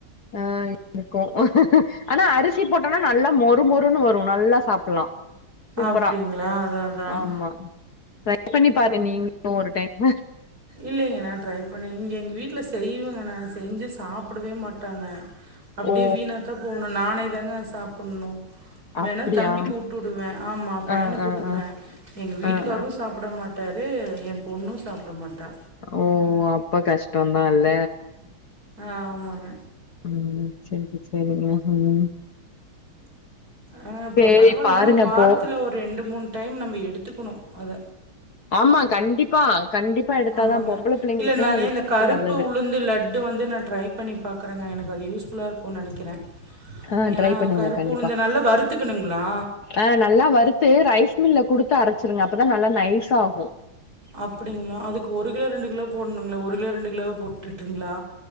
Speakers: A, on the left; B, on the right.
A: ஆ இருக்கு ஆனா அரிசி போ ஆனா நல்லா மொறு மொறுன்னு வரு நல்லா சாப்பல்லா சூப்பரா
B: அப்படிங்களா அதான் அதான்
A: ஆமா ட்ரை பண்ணி பாருங்க நீங்ளு ஒரு டைமு
B: இல்லைங்க நா ட்ரை பண்ணி இங்க எங்க வீட்ல செய்வங்க நா செஞ்சு சா சாப்டவே மாட்டாங்க அப்டியே
A: ஓ
B: வீணாத்தா போணு நானேதாங்க அத சாப்புண்ணு வேணா
A: அப்டியா
B: தம்பிக்கு ஊட்டுவுடுவே ஆமா பையனுக்கு
A: ஆ ஆ
B: ஊட்டுவுடுவே
A: ஆ
B: எங்க வீட்டுக்காரு
A: ஆ ஆ
B: சாப்ட மாட்டாரு என் பொண்ணு சாப்ட மாட்டா
A: ஓ அப்ப கஷ்டந்தா இல்ல
B: ஆமாங்க
A: ம் சேரி சேரிங்க ம்
B: ஆ இப்போ
A: சேரி
B: பரவால
A: பாருங்க
B: ஆனா வாரத்தல
A: அப்போ
B: ஒரு ரெண்டு மூணு டைம் நம்ம எடுத்துக்கணு அத
A: ஆமா கண்டிப்பா கண்டிப்பா எடுத்தாதா
B: ஆமாங்க
A: பொம்பள பிள்ளைங்களுக்குல்லா
B: இல்ல நானு
A: அது
B: இந்த
A: ரொம்ப
B: கருப்பு
A: நல்லது
B: உளுந்து லட ட்டு வந்து நா ட்ரை பண்ணி பாக்கறங்க எனக்கு அது யூஸ்ஃபுல்லா இருக்குனு நெனைக்கிற
A: ஆ
B: ஏனா
A: ட்ரை பண்ணுங்க
B: கருப்பு
A: கண்டிப்பா
B: உளுந்த நல்லா வறுத்துக்கணுங்ளா
A: ஆ நல்லா வறுத்து ரைஸ் மில்ல குடுத்து அரச்சிருங்க அப்பதா நல்லா நைஸா ஆகு
B: அப்டிங்ளா அதுக்கு ஒரு கிலோ ரெண்டு கிலோ போடுணுங்ளா ஒரு கிலோ ரெண்டு கிலோவே போட்டுட்ருங்ளா